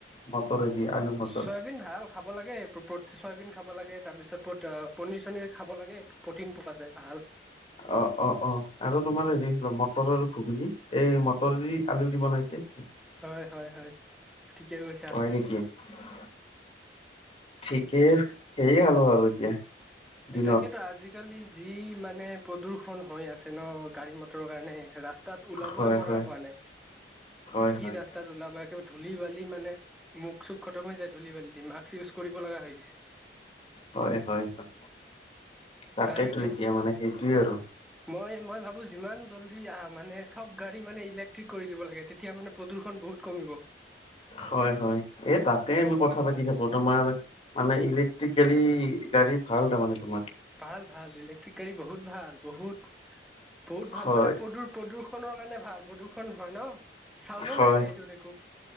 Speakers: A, on the left; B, in the centre.
A: মটৰেদি আলু মটৰ
B: চয়াবিন ভাল। খাব লাগে চয়াবিন খাব লাগে তাৰ পিছত প পনীৰ চনিৰ খাব লাগে প্ৰটিন পোৱা যায় ভাল।
A: অ' অ' অ', আৰু তোমাৰ হেৰি মটৰ আৰু ঘুগুনী, এই মটৰদি আলু দি বনাইছে।
B: হয় হয় হয়, ঠিকে কৈছা।
A: হয় <inaudible> ঠিকেই, সেয়ে খালো আৰু এতিয়া। দিনত
B: তাকেতো আজিকালি যি মানে প্ৰদূৰ্ষন হৈ আছে ন গাড়ী মটৰৰ কাৰণে ৰাস্তাত ওলাবই
A: হয়
B: পৰা
A: হয়
B: হোৱা নাই।
A: হয়
B: কি
A: হয়
B: ৰাস্তাত ওলাবা একেবাৰে ধূলি বালি মানে মুখ চুখ খতম হৈ যায় ধূলি বালি দি মাক্স ইউজ কৰিব লগা হৈ গৈছে।
A: হয় হয় হয় তাকেতো
B: গাড়ী
A: এতিয়া মানে সেইটোয়ে আৰু
B: মই মই ভাবো যিমান জল্দি আহ মানে চব গাড়ী মানে ইলেক্ট্ৰিক কৰি দিব লাগে তেতিয়া মানে প্ৰদূষণ বহুত কমিব
A: হয় হয়, এই তাকে আমি কথা পাতি থাকো তোমাৰ মানে ইলেক্ট্ৰিকেলি গাড়ী ভাল তাৰমানে তোমাৰ।
B: ভাল ভাল ইলেক্ট্ৰিক গাড়ী বহুত ভাল, বহুত, বহুত ভাল
A: হয়
B: মানে প্ৰদু প্ৰদূষণৰ কাৰণে ভাল, প্ৰদূৰ্ষণ হয় ন চাউনো
A: হয়
B: নাই গাড়ীটোত একো।